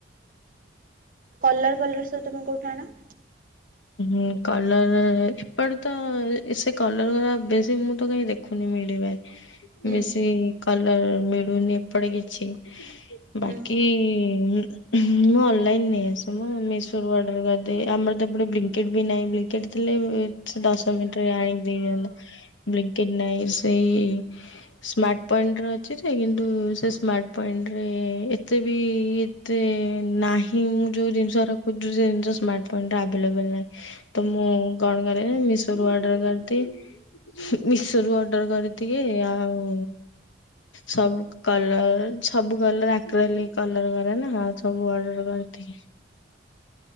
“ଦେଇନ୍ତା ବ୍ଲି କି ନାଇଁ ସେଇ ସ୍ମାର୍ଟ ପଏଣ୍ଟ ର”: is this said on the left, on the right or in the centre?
Left